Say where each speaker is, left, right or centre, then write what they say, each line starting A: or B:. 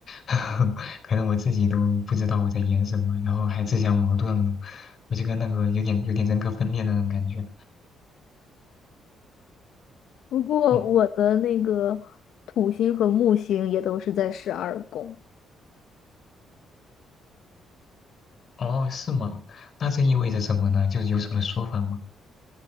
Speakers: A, on the left; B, on the left.
A: <laughs> 可能我自己都不知道我在演什么，然后还自相矛盾了，我就跟那个有点有点人格分裂的那种感觉。
B: 不过我的那个土星和木星也都是在十二宫。
A: 嗯，哦，是吗？那这意味着什么呢？就是有什么说法吗？